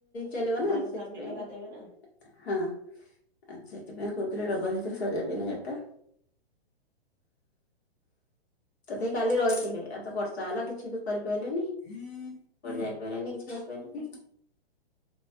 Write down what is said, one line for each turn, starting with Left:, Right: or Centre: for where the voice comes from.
Left: ଚାଲିବ ନା
Right: ଧାନ
Left: ସେଥିପାଇଁ
Right: କା ବିଲ କାଦେଇବେ ନା
Left: ହଁ। ଆଉ ସେଥିପାଇଁ କହୁଥିଲେ ରବିବାର ଦିନ ସଜାଡି ଦେମି ଗାଡିଟା। ତଥାପି କାଲି ରହିଥିଲେ ଆଉ ତ ବର୍ଷା ହେଲା କିଛି ବି କରି ପାଇଲେନି। କୁଆଡେ ଯାଇ ପାଇଲେନି କି କରି ପାରିଲେନି।